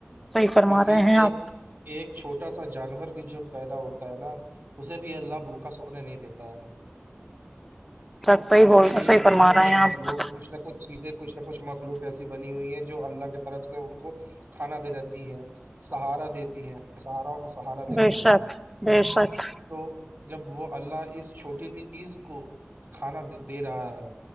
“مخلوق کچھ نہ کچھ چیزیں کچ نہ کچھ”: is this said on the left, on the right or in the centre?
Right